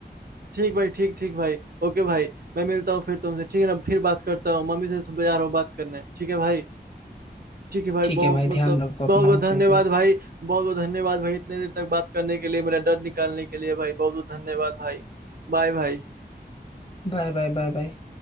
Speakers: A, on the right; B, on the left.
A: ठीक भाई ठीक ठीक भाई ओके भाई मैं मिलता हूँ फिर तुमसे ठीक है ना फिर बात करता हूँ मम्मी से तो जा रहा हूँ बात करने ठीक है भाई ठीक है भाई
B: ठीक
A: बहुत
B: है भाई
A: मतलब
B: ध्यान रखो
A: बहुत
B: अपना
A: बहुत
B: okay
A: धन्यवाद
B: okay
A: भाई बहुत बहुत धन्यवाद भाई इतने देर तक बात करने के लिए मेरा डर निकालने के लिए भाई बहुत बहुत धन्यवाद भाई बाय भाई
B: Bye bye bye bye